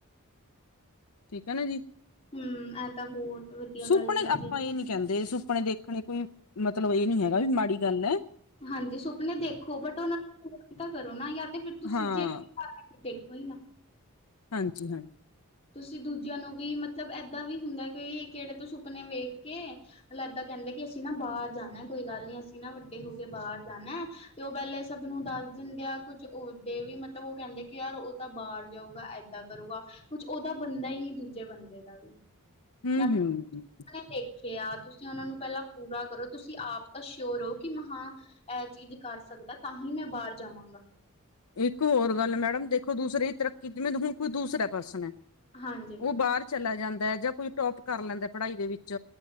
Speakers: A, on the left (about 85°); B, on the left (about 30°).
A: ਠੀਕ ਹੈ ਨਾ ਜੀ,
B: ਹਮ ਇਹ ਤਾਂ ਬਹੁਤ ਵਧੀਆ
A: ਸੁਪਨੇ।
B: ਗੱਲ ਕੀਤੀ
A: ਆਪਾਂ
B: ਹੈ ਤੁਸੀਂ
A: ਇਹ ਨੀ ਕਹਿੰਦੇ ਸੁਪਨੇ ਦੇ ਦੇਖਣੇ ਕੋਈ ਮਤਲਬ ਇਹ ਨੀ ਹੈਗਾ ਵੀ ਮਾੜੀ ਗੱਲ ਐ।
B: ਹਾਂਜੀ, ਸੁਪਨੇ ਦੇਖੋ ਬਟ ਉਹਨਾਂ ਨੂੰ ਪੂਰੇ ਤਾਂ ਕਰੋ ਨਾ। ਯਾਂ ਤੇ ਫਿਰ ਤੁਸੀਂ
A: ਹਾਂ
B: ਜੇ <unintelligible> ਕਰਨੇ ਦੇਖੋ ਈ ਨਾ।
A: ਹਾਂਜੀ-ਹਾਂਜੀ।
B: ਤੁਸੀਂ ਦੂਜਿਆਂ ਨੂੰ ਵੀ, ਮਤਲਬ ਏਦਾਂ ਵੀ ਹੁੰਦਾ ਕਿ ਕਿਹੜੇ ਤੋਂ ਸੁਪਨੇ ਵੇਖ ਕੇ ਲੱਦਾ ਕਹਿੰਦੇ ਕਿ ਅਸੀਂ ਨਾ ਬਾਹਰ ਜਾਣਾ, ਕੋਈ ਗੱਲ ਨੀ ਅਸੀਂ ਨਾ ਵੱਡੇ ਹੋ ਕੇ ਬਾਹਰ ਜਾਣਾ। ਤੇ ਉਹ ਪਹਿਲੇ ਸਭ ਨੂੰ ਦੱਸ ਦਿੰਦੇ ਆ, ਕੁਝ ਓਦੇ ਵੀ ਮਤਲਬ, ਉਹ ਕਹਿੰਦੇ ਕਿ ਯਾਰ ਉਹ ਤਾਂ ਬਾਹਰ ਜਾਊਗਾ ਏਦਾਂ ਕਰੂਗਾ, ਕੁਛ ਉਹਦਾ ਬੰਦਾ ਹੀ ਨੀ ਦੂਜੇ ਬੰਦੇ ਦਾ ਵੀ।
A: ਹੂੰ
B: <unintelligible>
A: ਹੂੰ
B: ਖੇਆ, ਤੁਸੀਂ ਉਹਨਾਂ ਨੂੰ ਪਹਿਲਾਂ ਪੂਰਾ ਕਰੋ। ਤੁਸੀਂ ਆਪ ਤਾਂ ਸ਼ੋਰ ਹੋ ਕਿ ਮ ਹਾਂ ਇਹ ਚੀਜ਼ ਕਰ ਸਕਦਾ, ਤਾਂ ਹੀ ਮੈਂ ਬਾਹਰ ਜਾਵਾਂਗਾ।
A: ਇੱਕ ਹੋਰ ਗੱਲ ਮੈਡਮ, ਦੇਖੋ ਦੂਸਰੇ ਤਰੱਕੀ। ਜਿਵੇਂ ਹੁਣ ਕੋਈ ਦੂਸਰਾ ਪਰਸਨ ਹੈ
B: ਹਾਂਜੀ
A: ਉਹ ਬਾਹਰ ਚਲਾ ਜਾਂਦਾ ਜਾਂ ਕੋਈ ਟੋਪ ਕਰ ਲੈਂਦਾ ਪੜ੍ਹਾਈ ਦੇ ਵਿੱਚ,